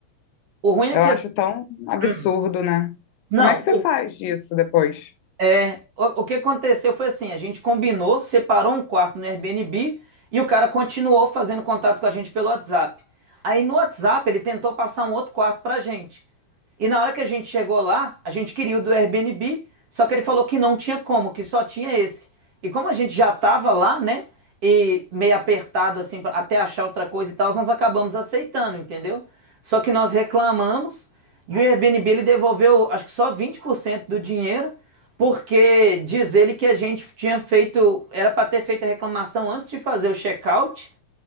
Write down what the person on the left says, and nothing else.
eu
acho
tão absurdo,
né?
Como é que você faz disso depois?